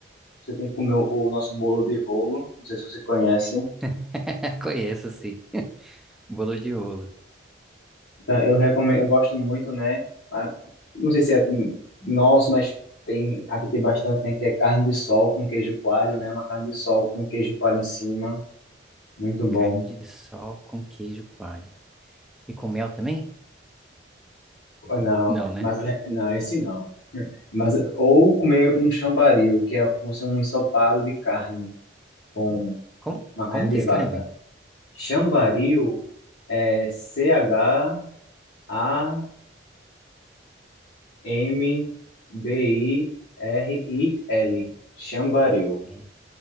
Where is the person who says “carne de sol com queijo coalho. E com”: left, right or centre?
Centre